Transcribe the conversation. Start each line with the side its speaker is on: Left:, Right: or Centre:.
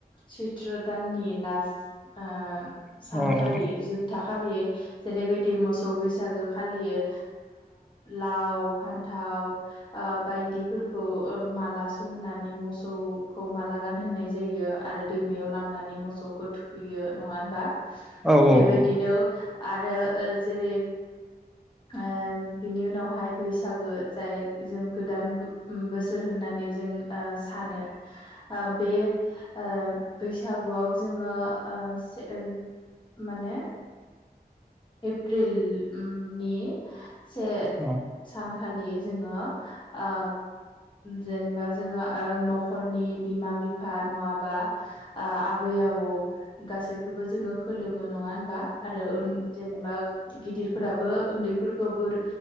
Left: सैथ्र' दाननि लास्ट ओ
Centre: औ
Left: सानखालि जुब था खालि जेरैबायदि मोसौ बैसागो खालि ओ लाव फान्थाव थाव आ बायदिफोरखौ ओ माला सोहोनानै मोसौखौ माला गानहोनाय जायो आ आरो दैमायाव लांनानै मोसौखौ थुखैयो नङा होनबा
Centre: औ
Left: बेबायदिनो
Centre: औ
Left: आरो ओ जेरै ओम बिनि उनावहाय बैसागो जाय जों गोदान बो-बोसोर होननानै जों सानो ओ बे ओ बैसागुआव जोङो ओ से माने एप्रिल ओम नि से
Centre: औ
Left: सानखालि जोङो ओ जेनेबा जोङो ओ न'खरनि बिमा बिफा नङाबा ओ आबै आ आबौ गासैखौबो जोङो खोलोमो नङा होनबा आरो ओन जेनेबा गिदिर फोराबो उन्दैफोरखौ बोर